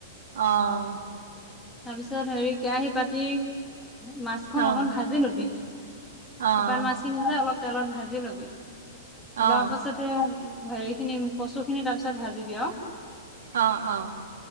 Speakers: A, on the right; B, in the centre.
A: অ'।
B: তাৰপিছত হেৰি কেৰাহী পাতি মাছখন
A: অ' অ'
B: অকন ভাজি লবি। শুকান
A: অ'
B: মাছখিনি যে অলপ তেলত ভাজি লবি,
A: উম,
B: লোৱা পিছত এ, হেৰিখিনি কচুখিনি তাৰপিছত ভাজিবি আৰু।
A: অ', অ'।